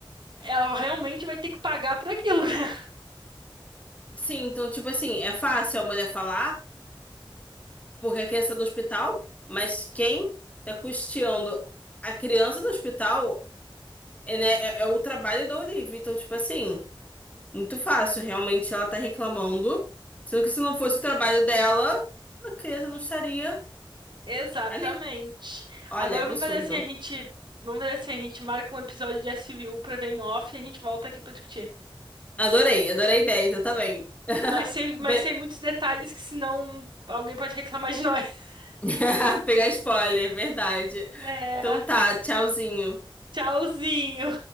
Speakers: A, on the right; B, on the left.
A: ela realmente vai ter que pagar por aquilo, <laughs> né?
B: Sim, então, tipo assim, é fácil a mulher falar. porque a criança é do hospital, mas quem tá custeando a criança do hospital é, né, é- é o trabalho da Olivia. Então, tipo assim, muito fácil. Realmente ela tá reclamando. Sendo que se não fosse o trabalho dela, a criança não estaria
A: Exatamente.
B: ali. Olha,
A: Agora
B: absurdo.
A: vamos fazer assim, a gente, vamos fazer assim, a gente marca um episódio de S SVU pra ver em off e a gente volta aqui pra discutir.
B: Adorei, adorei a ideia, então tá bem. <laughs>
A: Mas sem, mas
B: Bem-
A: sem muitos detalhes, que senão alguém pode reclamar de nós. <laughs>
B: <laughs> Pegar spoiler, é verdade.
A: É,
B: Então tá, tchauzinho.
A: tchauzinho.